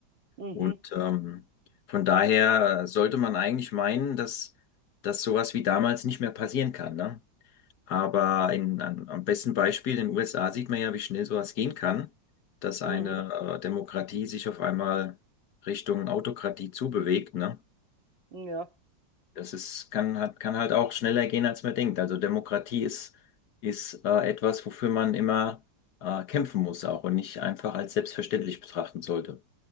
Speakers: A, on the right; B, on the left.
A: mhm,
B: Und ähm, von daher sollte man eigentlich meinen, dass, dass sowas wie damals nicht mehr passieren kann, ne? Aber in, an, am besten Beispiel in den USA sieht man ja, wie schnell sowas gehen kann, dass
A: mhm.
B: eine äh, Demokratie sich auf einmal Richtung Autokratie zubewegt, ne?
A: Ja,
B: Das ist, kann, hat, kann halt auch schneller gehen, als man denkt. Also Demokratie ist, ist äh, etwas, wofür man immer äh, kämpfen muss auch und nicht einfach als selbstverständlich betrachten sollte.